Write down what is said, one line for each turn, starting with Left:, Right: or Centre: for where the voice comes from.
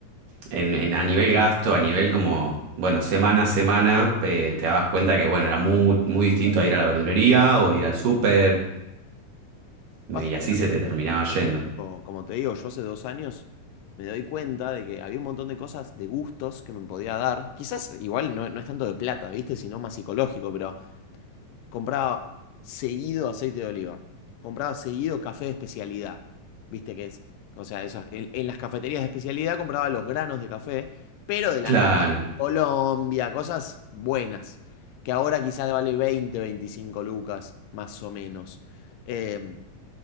Right: En, en- a nivel gasto, a nivel como, bueno, semana a semana, eh, te dabas cuenta que, bueno, era muy, muy distinto a ir a la verdulería o ir al súper, y
Left: Pasa
Right: así
Left: que también,
Right: se te terminaba yendo.
Left: co- como te digo, yo hace dos años me doy cuenta de que había un montón de cosas, de gustos que me podía dar. Quizás igual no, no es tanto de plata, ¿viste? Sino más psicológico, pero compraba seguido aceite de oliva, compraba seguido café de especialidad, ¿viste? Que es, o sea, esas- en en las cafeterías de especialidad compraba los granos de café pero de la
Right: Claro,
Left: Colombia, cosas buenas, que ahora quizás vale 20, 25 lucas, más o menos. Em,